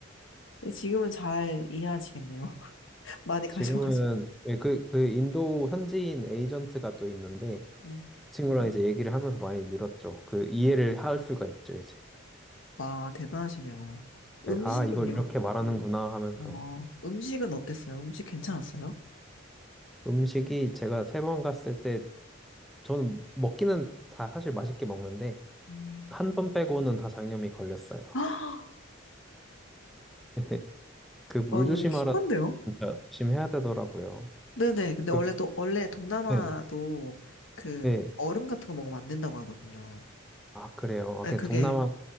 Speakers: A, on the left; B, in the centre.
A: 근데 지금은 잘 이해하시겠네요. <laughs> 많이 가셔가지고.
B: 지금은 예, 그, 그 인도 현지인 에이전트가 또 있는데
A: 네.
B: 그 친구랑 이제 얘기를 하면서 많이 늘었죠. 그 이해를 할 수가 있죠, 이제.
A: 와, 대단하시네요. 음식은요?
B: 예, 아, 이걸 이렇게 말하는구나 하면서
A: 어, 음식은 어땠어요? 음식 괜찮았어요?
B: 음식이 제가 세 번 갔을 때 저는 먹기는 다 사실 맛있게 먹는데
A: 음.
B: 한 번 빼고는 다 장염이 걸렸어요.
A: 아,
B: <laughs> 그 물
A: 아, 이거
B: 조심하라
A: 심한데요?
B: 진짜 조심해야 되더라고요.
A: 네네. 근데
B: 그
A: 원래 또, 원래 동남아도
B: 네
A: 그
B: 네.
A: 얼음 같은 거 먹으면 안 된다고 하거든요.
B: 아, 그래요.
A: 네,
B: 아, 그
A: 그게,
B: 동남아는